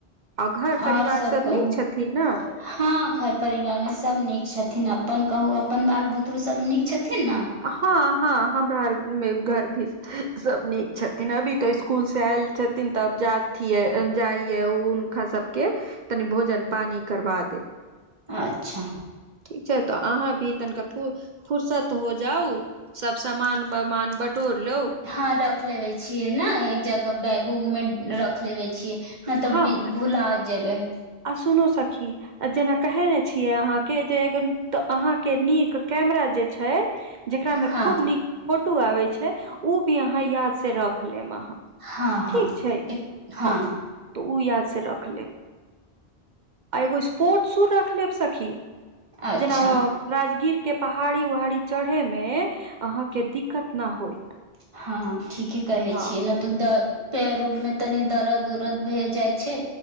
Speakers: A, on the right (about 55°); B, on the right (about 30°).
A: आ घर
B: आओर
A: परिवार सब
B: कहू
A: नीक छथिन ने।
B: हँ घर परिवार मे सब नीक छथिन, अपन कहू अपन बाल बुतरु सब नीक छथिन। ने
A: हँ हँ हमरा आर मे घर भी सब नीक छथिन अभी तऽ स्कूल से आयल छथिन तऽ अब जाथि जाइये उल का सबके तनि भोजन पानी करबा देब।
B: अच्छा।
A: ठीक छै तऽ अहाँ भी तनिका फुरसत हो जाउ सब समान वामान बटोर लउ
B: हँ रख लेवे छियै ने एक जगह। बैग उग में रख लेवे छियै नै तब
A: हँ
B: भुला जेबै।
A: आ सुनु सखी जेना कहेने छिये अहाँ के जे एगो अहां के नीक कैमरा जे छै जेकरा मे
B: हँ
A: खूब नीक फोटो आबै छै ओ भी अहाँ याद से रख लेब अहाँ।
B: हँ हँ
A: ठीक छै,
B: हँ
A: हां तऽ ओ याद से रख लेब। आ एगो स्पोर्ट शू रख लेब सखी
B: अच्छा
A: जेना राजगीर के पहाड़ी उहाड़ी चढ़े मे अहां के दिक्कत ना होइत।
B: हँ ठीके कहे
A: हँ
B: छियै न त पैर ऊर मे तनि दर्द उरद भए जाइ छै